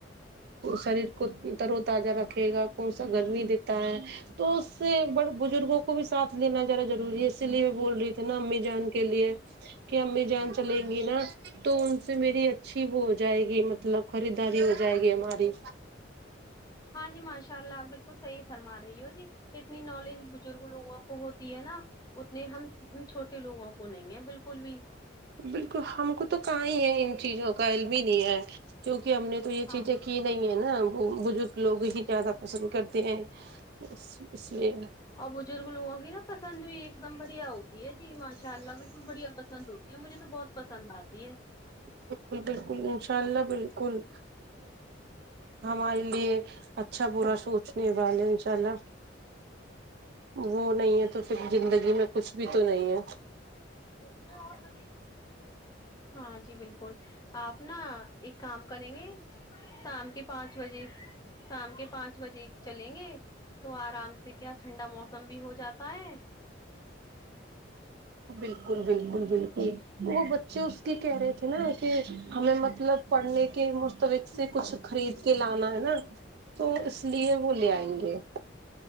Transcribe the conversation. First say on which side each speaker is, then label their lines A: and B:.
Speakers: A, on the right; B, on the left.
A: شریر کو تر و تازہ رکھے گا کون سا گرمی دیتا ہے تو اس سے بڑے بزرگوں کو بھی ساتھ لینا جیادا ضروری ہے اسی لیے بول رہی تھی نا امی جان کے لیے کہ کہ امی جان چلیں گی نا تو ان سے میری اچھی وہ ہو جائے گی مطلب خریداری ہو جائے گی ہماری
B: ہاں جی ماشاء اللہ آپ بالکل صحیح فرما رہی ہو جی اتنی نالج بزرگ لوگوں کو ہوتی ہے نا اتنے ہم چھوٹے لوگوں کو نہیں ہے بالکل بھی
A: بالکل ہم کو تو کہاں ہی ہے ان چیزوں کا علم ہی نہیں ہے کیوںکہ ہم نے تو یہ
B: ہاں
A: چیزیں کی نہیں ہے نا وہ بزرگ لوگ ہی زیادہ پسند کرتے ہیں اس لیے
B: اور بزرگ لوگوں کی نا پسند بھی ایک دم بڑھیا ہوتی ہے جی ماشاء اللہ بالکل بڑھیا پسند ہوتی ہے مجھے تو بہت پسند آتی ہے
A: بالکل بالکل انشاء اللہ بالکل ہمے لیے اچھا با سوچنے والے چلا وہ نہیں ہے تو زندگی میں کچھ بھی تو نہیں ہے
B: ن ہاں جی بالکل آپ نا ایک کام کریں گے شام کے پانچ بجے شام کے پانچ بجے چلیں گے تو آرام سے کیا ٹھنڈا موسم بھی ہو جاتا ہے
A: بالکل بالکل بالکل وہ بچے اس کی کہہ رہے تھے نا کہ ہمیں مطلب پڑھنے کے مستبق سے کچھ خرید کے لانا ہے نا تو اس لیے وہ لے آئیں گے